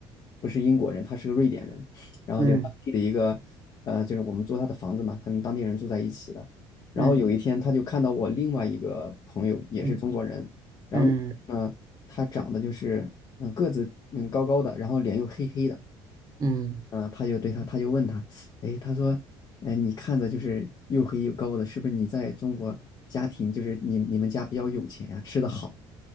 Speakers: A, on the left; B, on the right.
A: 不是英国人，他是个瑞典人，然后就当地的一个，
B: 嗯
A: 呃，就是我们租他的房子嘛，跟当地人住在一起的，然后有一天他就看到我另外一个朋友也是中国人，
B: 嗯嗯嗯嗯
A: 嗯、他长得就是嗯、呃个子嗯高高的，然后脸又黑黑的，
B: 嗯
A: 嗯、他就对他他就问他，哎，他说，哎，你看着就是又黑又高的，是不是你在中国家庭就是你你们家比较有钱呀、吃的好，